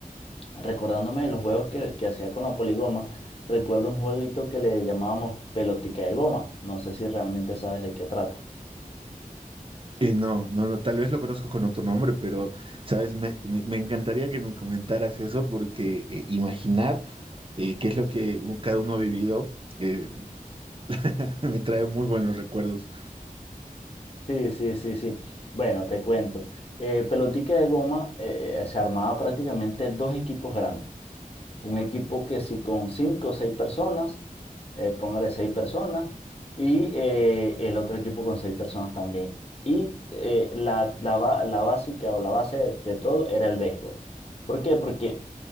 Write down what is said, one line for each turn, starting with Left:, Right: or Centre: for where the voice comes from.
Left: recordándome de los juegos que, que hacía con la poligoma, recuerdo un jueguito que le llamábamos pelotica de goma. No sé si realmente sabes de qué trata.
Right: Eh, no, no, no, tal vez lo conozco con otro nombre, pero, sabes, me, me- me encantaría que me comentaras eso porque eh, imaginar eh, qué es lo que un- cada uno ha vivido eh, <laughs> me trae muy buenos recuerdos.
Left: Sí, sí, sí, sí. Bueno, te cuento. Eh, pelotica de goma eh, se armaba prácticamente dos equipos grandes. Un equipo que si con cinco o seis personas, eh, póngale seis personas, y eh, el otro equipo con seis personas también. Y eh, la, la, ba- la básica o la base de, de todo era el béisbol. ¿Por qué? Porque